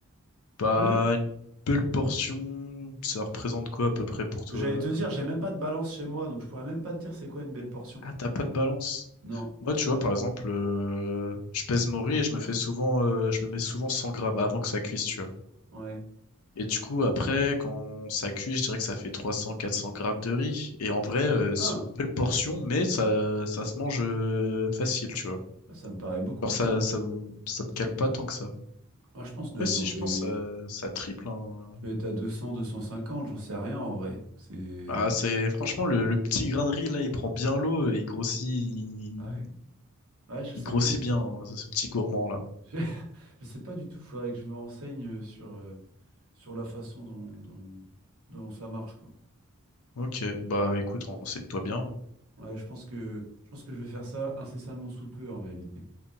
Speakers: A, on the left (about 75°); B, on the right (about 70°).
A: Bah,
B: J'ai même-
A: une belle portion, ça représente quoi à peu près pour toi?
B: J'allais
A: euh
B: te dire, j'ai même pas de balance chez moi, donc je pourrais même pas te dire c'est quoi une belle portion.
A: Ah, t'as pas de balance.
B: Non,
A: Moi, tu vois, par exemple, euh, je pèse mon riz et je me fais souvent, euh, je me mets souvent 100 grammes avant que ça cuise, tu vois.
B: ouais.
A: Et du coup, après, quand ça cuit, je dirais que ça fait 300, 400 grammes de riz. Et en vrai, euh, c'est
B: Un,
A: une belle portion, mais ça, ça se mange euh, facile, tu vois.
B: Ah, ça me paraît beaucoup
A: Alors
B: quand
A: ça,
B: même.
A: ça, me- ça me cale pas tant que ça.
B: Moi je pense que
A: Ouais,
B: je dois être
A: si,
B: dans
A: je
B: les.
A: pense que ça, ça triple, hein.
B: Je dois être à deux deux cents deux cent cinquante j'en sais rien en vrai. C'est.
A: Ah, c'est franchement le, le petit grain de riz là, il prend bien l'eau et il grossit, il,
B: Ah Ouais. Ouais, je sais
A: il grossit
B: pas du tout.
A: bien hein, ce ce petit gourmand là.
B: <laughs> Je, sais pas du tout, faudrait que je me renseigne euh, sur. euh, sur la façon dont, dont, dont ça marche, quoi.
A: Ok, bah écoute, renseigne-toi bien. hein.
B: Ouais, je pense que, je pense que je vais faire ça incessamment sous peu, en réalité.